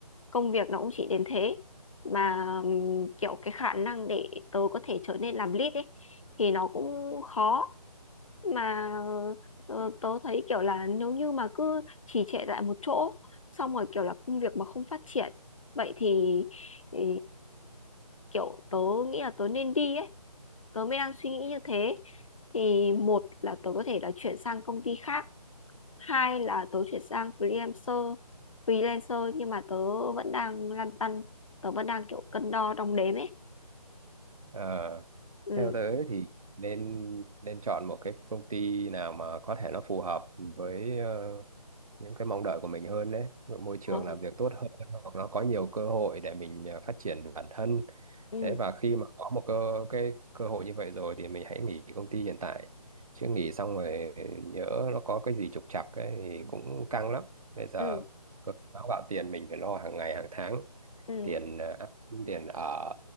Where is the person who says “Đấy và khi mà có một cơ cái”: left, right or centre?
Right